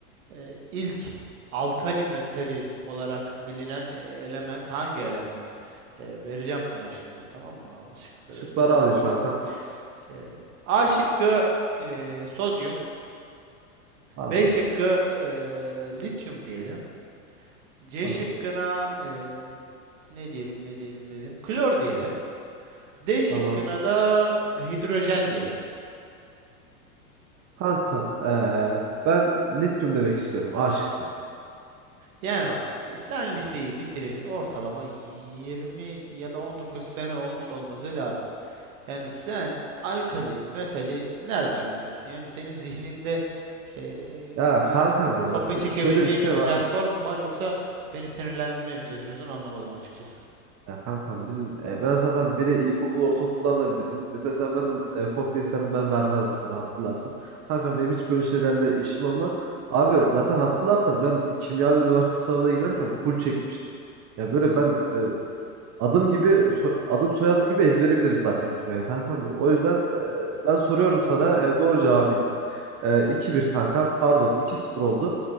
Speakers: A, on the right; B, on the right.
A: eee, ilk alkali metali olarak bilinen eee, element hangi element? Eee, vereceğim sana şimdi tamam mı? Şıkları
B: Şıkları
A: bir tane
B: alayım
A: uydurayım.
B: kankam.
A: Eee, A şıkkı eee, sodyum.
B: Tamam
A: B şıkkı eee, lityum diyelim. C
B: tamam
A: şıkkına eee, ne diyelim ne diyelim dedim, Klor diyelim. D şıkkına
B: tamam.
A: da hidrojen diyelim.
B: Kankam ee, ben lityum demek istiyorum. A şıkkı.
A: Yani bak sen liseyi bitireli ortalama 20 ya da 19 sene olmuş olması lazım. Yani sen alkali, metali nereden biliyorsun? Yani senin zihninde eee,
B: Ya
A: bir
B: kankam benim
A: kopya
B: bak
A: çekebileceğin
B: şöyle bir şey
A: bir platform
B: var.
A: mu var yoksa beni sinirlendirmeye mi çalışıyorsun anlamadım açıkçası.
B: Ya kankam bizim e, ben zaten beni ilkokul ortaokuldan da bilirdin. Mesela sen benden e, kopya istedin ben vermezdim sana hatırlarsan. Kankam benim hiç böyle şeylerle işim olmaz. Abi zaten hatırlarsan ben kimyada üniversite sınavına girerken full çekmiştim. Ya böyle ben e, Adım gibi so- adım soyadım gibi ezbere bilirim zaten kime kankam benim. O yüzden e, ben soruyorum sana e, doğru cevabı bildim. E, 2-1 kankam pardon iki sıfır oldu.